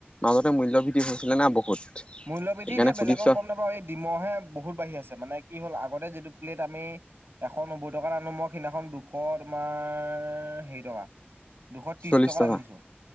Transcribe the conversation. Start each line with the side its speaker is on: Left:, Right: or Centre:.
Left: মাজতে মূল্য ভৃদ্ধি হৈছিলে না বহুত।
Right: মূল্যবৃদ্ধি
Left: সেইকাৰণে
Right: এতিয়া বেলেগক
Left: সুধিছ
Right: গম, নাপাওঁ এই ডমহে বহুত বাঢ়ি আছে মানে কি হ'ল, আগতে যিটো প্লেট আমি এশ নব্বৈ টকাৰ আনো মই, সিদিনাখন দুশ তোমাৰ হেৰি টকা। দুশ ত্ৰিশ
Left: চল্লিশ
Right: টকাত
Left: টকা
Right: আনিছো